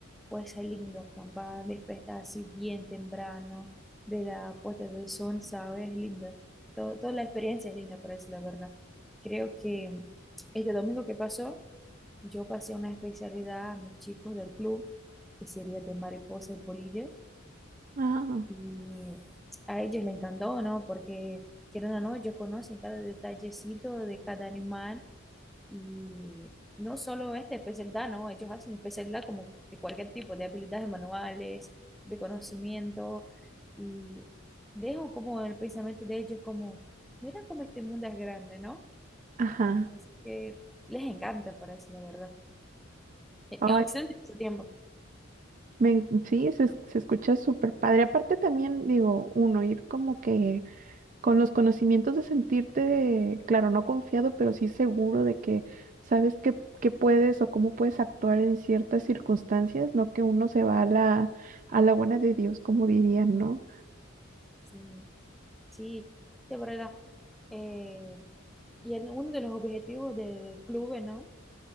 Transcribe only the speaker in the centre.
Puede ser lindo acampar, despertarse bien temprano, ver la puesta del sol, ¿sabes? Es linda. Todo- toda la experiencia es linda, para decir la verdad. Creo que este domingo que pasó, yo pasé una especialidad a mis chicos del club, que sería de mariposas y polillas,
y a ellos les encantó, ¿no? Porque, quieren o no, ellos conocen cada detallecito de cada animal y no solo este PESELDA, no, ellos hacen PESELDA como de cualquier tipo, de habilidades manuales, de conocimiento, y dejo como el pensamiento de ellos como, mira cómo este mundo es grande, ¿no?
Es que les encanta, parece, la verdad. En
en Occidente en su tiempo.
Sí, sí, de verdad. Eh, y en uno de los objetivos del club, ¿no?